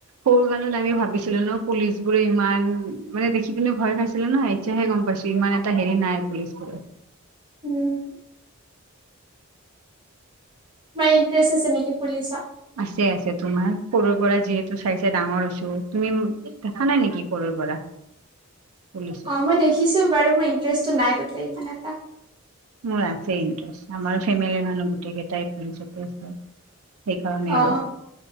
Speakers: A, on the right; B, on the right.
A: সৰু গালত আমি ভাবিছিলোঁ ন পুলিচ বোৰে ইমান মানে দেখি পিনে ভয় খাইছিলোঁ ন। হে গ'ম পাইছোঁ ইমান এটা হেৰি নাই পুলিচ বোৰৰ।
B: উম। তোমাৰ ইণ্টাৰেষ্ট আছে নেকি পুলিচত।
A: আছে আছে তোমাৰ সৰুৰ পৰা যিহেতু চাই চাই ডাঙৰ হৈছোঁ তুমি দেখা নাই নেকি কৰৰ পৰা পুলিচত
B: অ', মই দেখিছোঁ বাৰু মোৰ ইণ্টাৰেষ্টটো নাই তাতেই ইমান এটা
A: মোৰ আছে ইণ্টাৰেষ্ট আমাৰ ফেমিলি মানুহ গোটেই কেইটা ট্ৰাই আ সেইকাৰণে
B: অ
A: আৰু